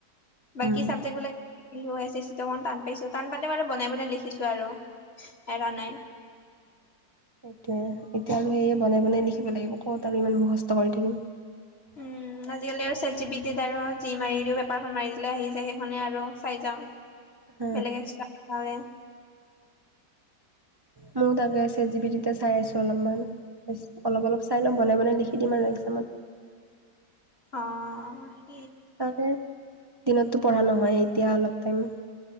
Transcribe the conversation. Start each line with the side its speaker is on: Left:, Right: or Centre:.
Left: বাকী
Right: উম,
Left: চাবজেক্ট বিলাক। খো অকমান টান পাইছো টান পালে ব আৰু বনাই বনাই লিখিছো আৰু এৰা নাই। <inaudible>
Right: সেইটোয়ে এতিয়া আৰু সেয়ে বনাই বনাই লিখিব লাগিব কত আৰু ইমান মুখস্থ কৰি থাকিম।
Left: উম। আজিকালি আৰু ছেট জি বি টিত আৰু যি মাৰি দিও পেপাৰখন মাৰি দিলে আহি যায় সেইখনে আৰু চাই যাওঁ।
Right: হ
Left: বেলেগ এক্সট্ৰা খে।
Right: ময়ো তাকে চেত জিপিটিতে চাই আছো অলপমান অলপ অলপ চাই লওঁ বনাই বনাই লিখি দিম আৰু এক্সামত।
Left: উ অ
Right: তাকে দিনতো পঢ়া নহয় এতিয়া অলপ টাইম।